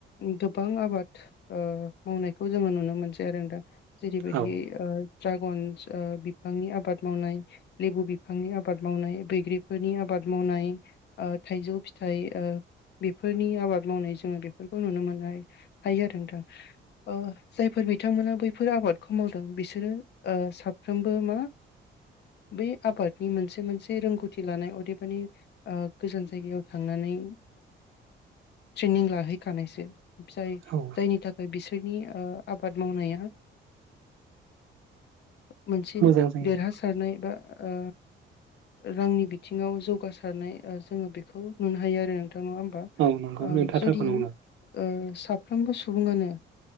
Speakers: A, on the left; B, on the right.
A: गोबां आबाद ओ मावनायखौ जोङो नुनो मोनसै आरो नोंथां। जेरैबायदि
B: औ
A: ओ ड्रागनस ओ बिफांनि आबाद मावनाय लेबु बिफ बिफांनि आबाद मावनाय बैग्रिफोरनि आबाद मावनाय ओ थाइजौ फिथाइ ओ बेफोरनि आबाद मावनाय जोङो बेफोरखौ नुनो मोननाय थायो आरो नोंथां।
B: <inaudible> <unintelligible>
A: ओ जायफोर बिथांमोना बैफोर आबादखौ मावदों बिसोरो साफ्रोमबो मा बै आबादनि मोनसे मोनसे रोंगौथि लानाय अदेबानि ओ गोजान जायगायाव थांनानै ट्रेनिं लाहैखानायसो। जाय
B: औ
A: जायनि थाखाय बिसोरनि ओ आबाद मावनाया मोनसे
B: मोजां जायो
A: देरहासार सारनाय बा ओ रांनि बिथिङाव जौगासारनाय जोङो बेखौ नुनो हायो आरो नोंथां नङा होमबा।
B: औ नंगौ
A: ओ
B: नोंथाङा
A: जुदि
B: थारखौनो बुंदों
A: ओ साफ्रोमबो सुबुङानो